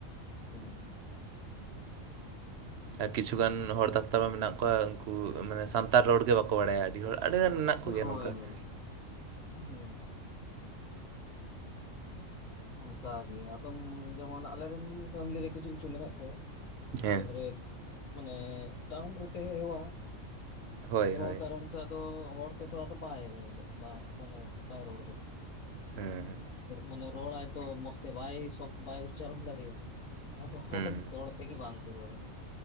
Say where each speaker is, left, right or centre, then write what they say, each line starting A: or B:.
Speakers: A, on the left; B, on the right.
A: ᱦᱩᱸ
B: ᱠᱤᱪᱷᱩ ᱜᱟᱱ ᱦᱚᱲ ᱰᱟᱠᱛᱟᱨ ᱢᱟ ᱢᱮᱱᱟᱜ ᱠᱚᱣᱟ ᱩᱱ ᱠᱩ ᱢᱟᱱᱮ ᱥᱟᱱᱛᱟᱲ ᱨᱚᱲ ᱜᱮ ᱵᱟᱠᱚ ᱵᱟᱲᱟᱭᱟ ᱟᱹᱰᱤ ᱦᱚᱲ ᱾ ᱟᱹᱰᱤᱜᱟᱱ ᱢᱮᱱᱟᱜ ᱠᱚᱜᱮᱭᱟ
A: ᱦᱳᱭ
B: ᱱᱚᱝᱠᱟ ᱾
A: ᱦᱳᱭ᱾ ᱦᱩᱸ᱾ ᱚᱱᱠᱟ ᱜᱮ ᱟᱫᱚᱢ ᱡᱮᱢᱚᱱ ᱟᱞᱮ ᱨᱮᱱ ᱯᱷᱮᱢᱮᱞᱤ ᱠᱤᱪᱷᱩ-ᱠᱤᱪᱷᱩ ᱢᱮᱱᱟᱜ ᱠᱚᱣᱟ ᱾
B: ᱦᱮᱸ
A: ᱮᱯᱚᱨᱮ ᱢᱟᱱᱮ ᱴᱟᱣᱩᱱ ᱨᱮ ᱛᱟᱦᱮᱸ ᱦᱮᱣᱟ ᱾ ᱟᱫᱚ
B: ᱦᱳᱭ
A: ᱦᱮᱣᱟ
B: ᱦᱳᱭ
A: ᱠᱟᱨᱚᱱ ᱛᱮ ᱟᱫᱚ ᱦᱚᱲ ᱛᱮᱫᱚ ᱟᱫᱚ ᱵᱟᱭ ᱨᱚᱲ ᱢᱟᱱᱮ ᱵᱟᱭ ᱨᱚᱲ ᱫᱟᱲᱮᱜ ᱾
B: ᱦᱮᱸ ᱦᱮᱸ
A: ᱢᱟᱱᱮ ᱨᱚᱲ ᱟᱭ ᱛᱚ ᱢᱚᱡᱽ ᱛᱮ ᱵᱟᱭ ᱵᱟᱭ ᱩᱪᱪᱟᱨᱚᱱ ᱫᱟᱲᱮᱭᱟᱜ-ᱟ ᱾ ᱟᱫᱚ ᱦᱚ
B: ᱦᱩᱸ
A: ᱦᱚᱲ ᱜᱮ ᱦᱚᱲ ᱛᱮ ᱵᱟᱝ ᱠᱚ ᱨᱚᱲᱟ ᱾